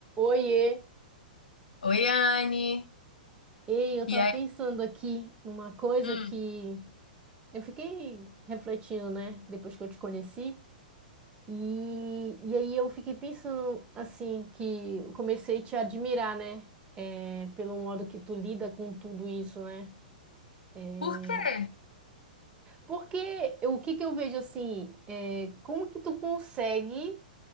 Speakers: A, on the right; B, on the left.
A: Oiê!
B: Oi, Anne.
A: Ei, eu tava
B: E aí?
A: pensando aqui numa coisa
B: Hum,
A: que eu fiquei refletindo, né? Depois que eu te conheci. E, e aí eu fiquei pensando, assim, que eu comecei a te admirar, né? É, pelo modo que tu lida com tudo isso, né? É,
B: por quê?
A: porque o que que eu vejo, assim, é, como que tu consegue